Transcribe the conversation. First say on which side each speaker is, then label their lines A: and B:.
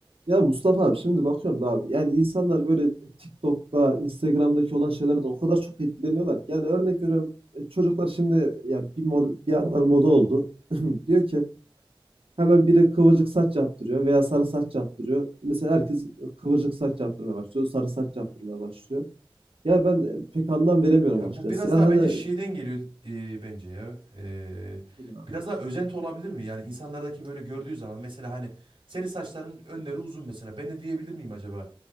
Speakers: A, on the right; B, on the right.
A: Ya Mustafa abi şimdi bakıyorum da abi yani insanlar böyle TikTok'ta, Instagram'daki olan şeylerden o kadar çok etkileniyorlar ki. Yani örnek veriyorum e, çocuklar şimdi ya bir mod, bir aralar moda oldu. <clears throat> Diyor ki hemen biri kıvırcık saç yaptırıyor veya sarı saç yaptırıyor. Mesela herkes e, kıvırcık saç yaptırmaya başlıyor, sarı saç yaptırmaya başlıyor. Ya ben e, pek anlam veremiyorum
B: Ya
A: açıkçası.
B: bu biraz
A: Yani
B: daha
A: hani
B: bence şeyden geliyor e, bence ya. E,
A: bilmiyorum.
B: biraz
A: abi.
B: daha özenti olabilir mi? Yani insanlardaki böyle gördüğü zaman mesela hani senin saçların önleri uzun mesela. Ben de diyebilir miyim acaba?